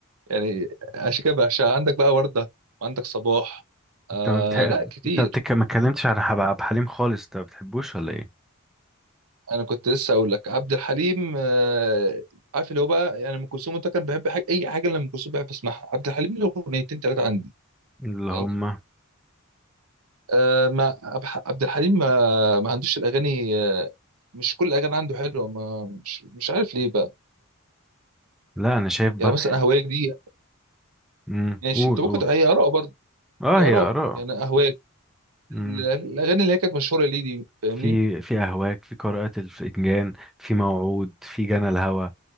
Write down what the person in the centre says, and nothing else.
انت ما بتح...
انت بتك... ما اتكلمتش على حب... عبد الحليم خالص انت ما بتحبوش ولا ايه
اللي
هم
لا انا شايف بقى
امم
قول
قول
اه
هي
اراء
امم
في في اهواك في قراءة الفنجان في موعود في جنى الهوى